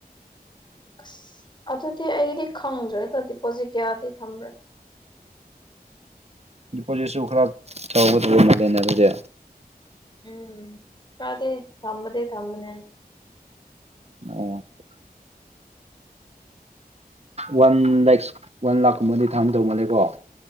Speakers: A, on the left; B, on the right.
A: ꯑꯁ ꯑꯗꯨꯗꯤ ꯑꯩꯗꯤ ꯈꯪꯗ꯭ꯔꯦꯗ ꯗꯤꯄꯣꯠꯖꯤꯠ ꯀꯌꯥꯗꯤ ꯊꯝꯕ꯭ꯔꯥ
B: ꯗꯤꯄꯣꯖꯤꯠꯁꯨ ꯈꯔ ꯆꯥꯎꯒꯗꯧꯕ ꯃꯥꯜꯂꯦꯅꯦ ꯑꯗꯨꯗꯤ
A: ꯎꯝ ꯈ꯭ꯔꯗꯤ ꯊꯝꯕꯗꯤ ꯊꯝꯕꯅꯦ
B: ꯑꯣ ꯋꯥꯟ ꯂꯦꯛꯁ ꯋꯥꯟ ꯂꯥꯛꯀꯨꯝꯕꯗꯤ ꯊꯥꯝꯗꯧꯃꯜꯂꯦꯀꯣ